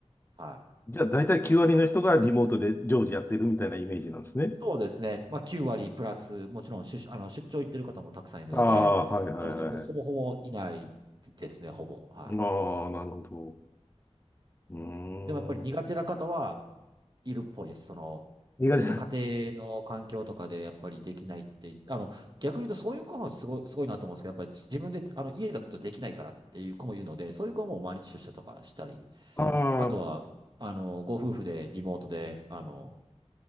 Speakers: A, on the right; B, on the left.
A: はい。
B: じゃあ、大体9割の人がリモートで常時やってるみたいなイメージなんですね。
A: そうですね。まあ9割プラス、もちろん出、あの出張行ってる方もたくさんいるので、
B: ああ、はいはいはいはい。
A: なのでもうほぼほぼいないですね、ほぼ。は
B: ああ、なるほど。うー
A: い。でもやっぱり苦手な方は
B: ん。
A: いるっぽいです。その、
B: 苦手な。
A: やっぱ家庭の環境とかでやっぱりできないって、あの、逆に言うとそういう子もすごい、すごいなと思うんですけど、やっぱり自分で、あの、家だとできないからっていう子もいるので、そういう子はもう毎日出社とかしたり
B: <laughs> あ
A: あとは、あの、ご夫婦でリモートで、あの、